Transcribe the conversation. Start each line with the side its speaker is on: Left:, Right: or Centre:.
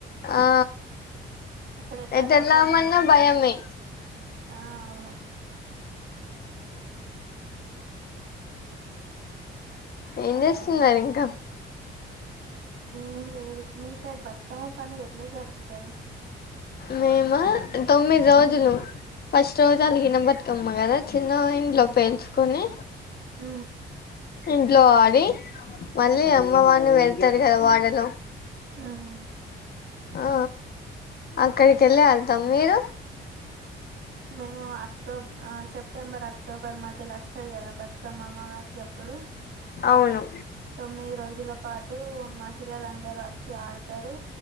Left: ఆ
Right: అసలు ఎల్ళాలంటే
Left: ఎటు వెళ్దామన్నా
Right: భయం అయితుంది
Left: భయమే
Right: ఆ అవును
Left: ఏం చేస్తున్నారు ఇంకా
Right: ఏం లేదు మీ సైడ్ బతుకమ్మ పండుగ ఎట్లా జరుపుతారు
Left: మేము తొమ్మిది రోజులు
Right: ఉమ్
Left: ఫస్ట్ రోజు అలిగిన బతుకమ్మ కదా చిన్న ఇంట్లో పేల్చుకొని
Right: ఆ
Left: ఇంట్లో ఆడి మళ్ళీ అమ్మ వాడిని వెళ్తాారు కదా వాడలో
Right: ఉమ్
Left: ఆ అక్కడికి వెళ్ళి వెదాం మీరు
Right: మేము అక్టోబర్ సెప్టెంబర్ అక్టోబర్ మా తెలి వస్తుంది కదా బట్ కమ్ మా అమ వాసి ఎప్పుడు
Left: అవును
Right: తొమ్మిది రోజుల పాటు మహిళలందరూ వచ్చి ఆడతారు